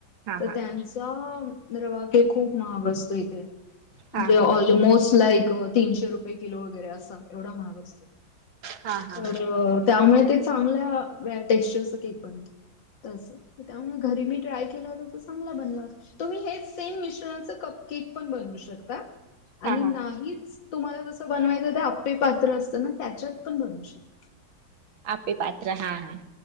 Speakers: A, on the right (about 70°); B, on the left (about 60°).
A: हा
B: तर
A: हा
B: त्यांचा रवा केक खूप महाग असतो इथे.
A: हा
B: म्हणजे
A: हा
B: ऑलमोस्ट लाईक तीनशे रुपये किलो वगैरे असा एवढा महाग असतो.
A: हा हा
B: तर त्यामुळे चांगल्या व्यास्टेक्चरच केक बनतो तस त्यामुळे घरी मी ट्राय केला होत तसं चांगला बनला. तुम्ही हे सेम मिश्रणाच कप केक पण बनवू शकता. आणि
A: हा हा
B: नाहीच तुम्हाला जसं बनवायचं तर अप्पे पात्र असतं ना त्याच्यात पण बनवू शक
A: आप्पे पाात्र हा हा.